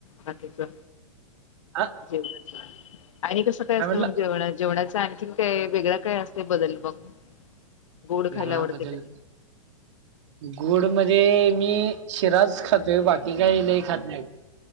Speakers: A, on the left; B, on the right.
A: बाकीचं
B: हा,
A: जीवन आणि कसं कायं
B: काय
A: असतं
B: म्हटलं
A: मंग जेवणाचं जेवणाचां आणखीन कायं वेगळां कायं असतें बंदल मंग गोड
B: वेगळा
A: खांयला आवडते
B: बदल
A: त्यां
B: गोड मध्यें मी शिरांच खातेयं बाकी कांहीं नाहीं खातं नाहीं